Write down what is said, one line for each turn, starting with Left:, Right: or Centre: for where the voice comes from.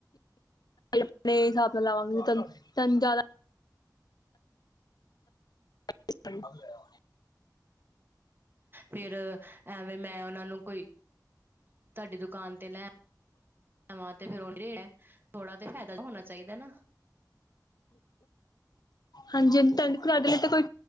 Left: ਆਪਣੇ ਹਿਸਾਬ ਨਾਲ ਲਾਵਾਂਗੀ, ਤਾਨੂੰ ਜਾਦਾ। <unintelligible> <unintelligible>
Right: ਫਿਰ ਐਵੇਂ ਮੈਂ ਉਹਨਾਂ ਨੂੰ ਕੋਈ। ਤੁਹਾਡੀ ਦੁਕਾਨ ਤੇ ਲੈ ਆਵਾ ਤੇ ਫਿਰ ਥੋੜਾ ਤੇ ਫਾਇਦਾ ਹੋਣਾ। ਚਾਹੀਦਾ ਨਾ।
Left: ਹਾਂਜੀ-ਹਾਂਜੀ, ਤੁਹਾਡੇ। ਘਰ ਦੇ ਲਈ
Right: ਹਾਂ
Left: ਤਾਂ ਕੋਈ